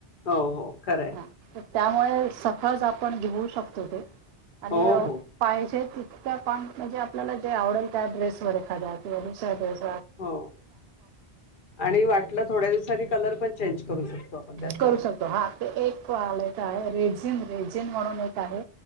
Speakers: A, on the left; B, on the right.
A: हो हो खरंय
B: हा तर त्यामुळे सखळज आपण घेऊ शकतो ते आणि
A: हो हो
B: पायाचे त म्हणजे आपल्याला जे आवडेल त्या ड्रेस वर एखाद्यात वुश्या ड्रेस
A: हो आणि वाटलं थोड्या दिवसांनी कलर पण चेंज करू शकतो आपण त्याचा
B: करू शकतो हा एक आलंय का आहे रेजिन रेजिन म्हणून एक आहे